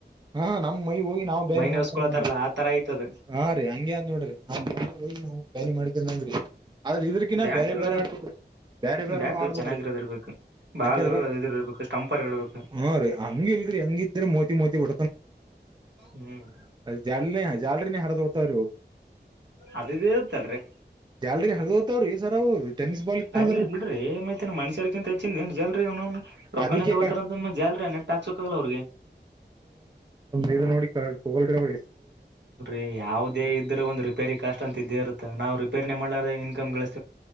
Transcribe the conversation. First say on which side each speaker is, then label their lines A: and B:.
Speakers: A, on the right (about 25°); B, on the right (about 75°).
A: ಹಾ ನಮ್ ಮೈ ಹೋಗಿ ನಾವವು ಬ್ಯಾನ
B: ನೋಸ್ಕೊಳತಾರಲ್ಲ
A: ಮಾಡ್ತಂದ
B: ಆ ತರ ಆಯ್ತದ
A: ಹಾ ರೀ ಹಂಗಗೆ್ ನೋಡ್ರಿ ನ ಹೋಗಿ ನಾವು ಗಾಲಿ ಮಾಡ್ಕೊಂಡಂಗ್ರಿ ಆದದ್ರ ಇದ್ರಕಿನ
B: ಬ್ಯಾಟು
A: ಬೇರೆ ಬೇರೆ ಆಡ್ಬೇಕೇ್ರಿ ಬೇರೆ ಬೇರೆ
B: ಬ್ಯಾಟು
A: ಆಡ್ಬೇಕ್ರಿ
B: ಚೆನ್ನಾಗಿರೋದ್ ಇರ್ಬೇಕು ಬಾಲು
A: ಯಾಕಂದ್ರೆ
B: ಅದಿದ್ರ ಇರ್ಬೇಕು ಸ್ಟಂಪರ್ ಇರ್ಬೇಕು
A: ಹಾ ರೀ ಹಂಗ ಇಲ್ರಿ ಹೆಂಗಿದ್ರೆ ಮೋತಿ ಮೋತಿ ಬ
B: ಹ್ಮ್
A: ಜಾಲನೆ ಜಾಲ್ರಿನೇ ಹರಿದ ಹೋಗ್ತಾವ್ರಿ ಅವು
B: ಅದ ಇತ್ತಲ್ಲ ರಿ
A: ಜಾಲ್ರಿ ಹರಿದ ಹೋಗ್ತಾವ್ರಿ ಸರ್ ಅವು ಟೆನ್ನಿಸ್ ಬಾಲ್ ಇತ್ತಂದ್ರ
B: ಅರಿಲಿ ಬಿಡ್ರಿ ಏ್ಐ್ತೇನ ಮನ್ಷ್ಯರ್ಕಿಂತ ಹೆಚ್ಚನ್ ಏನ್ ಜಲ್ರಿ ಅವನು ರೊಕ್ಕಾನೆ
A: ಅದಕ್ಕೆ
B: ತಗೋತಾರ
A: ಕ
B: ಅಂತಂದಲ್ರಿೀ ಟ್ಯಾಕ್ಸ್ ಹಕಾಗಲ್ಲ ಅವ್ರಿಗೆ
A: ಇದು ನೋಡಿ ಕಲ್್ರ ಅವ
B: ೀ ಯಾವವುದೇ ಇದ್ರ ಒಂದು ರಿಪೇರಿ ಕಾಸ್ಟ್ ಅಂತ ಇದೇ ಇರುತ್ತೆ ನಾವವು ರಿಪೇರಿನೇ ಮಾಡ್ಲಾರ ಇನ್ಕಮ್ ಿಸ